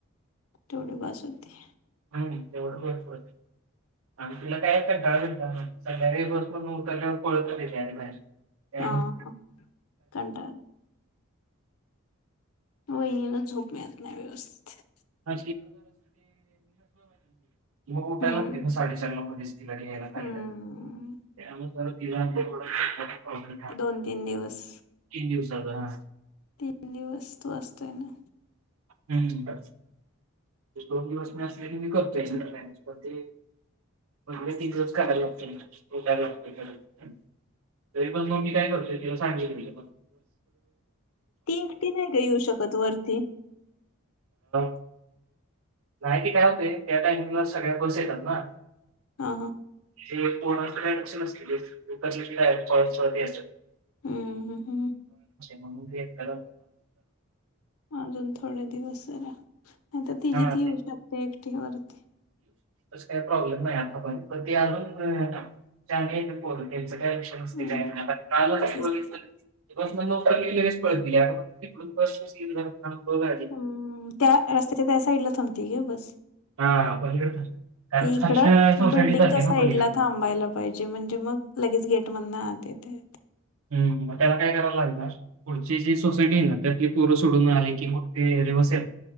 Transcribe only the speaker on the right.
नाही नाही तेवढं बरं वाटतं नाही नाही आणि तिला काही कंटाळा बिंटाळा नाही सकाळी लवकर उठायचं आणि ऍडमिट
मग उठायला
साडेचारला मध्येच तिला घ्यायला खाली
जाते त्यामुळे तिला थोडं हो
तीन दिवसाचा हा
हम्म बस मी दोन दिवस मी असले की मी करतो एकटा मॅनेज पण ते म्हणजे तिथच करायला लागतय लागतेय तरी पण मगं मी काय करतो तिला सांगेन मी
<unintelligible> नाही ती काय होते त्या टाइमिंगला सगळ्या बस येतात ना
ते कोणाच काय लक्ष नसतील कशे बी काय बी पळत पळत येतात.
म्हणून एकदा
हा
कस काय प्रॉब्लेम नाही आता आपण अजूनही बोलतच जात आहे लक्ष नसते
काय नाही कालच
बघितले का नाही मग नोकरर लि लगेच पळतील म तिकडून फ येईल थांब बघ आधी.
हा पलीकडे कारण
साक्षा
सोसायटीत
जाते
ना पलीकडे.
ह त्याला काय करायला लागणार पुढची जी सोसायटी आहे ना त्यातली पोर सोडून आली की मगं ते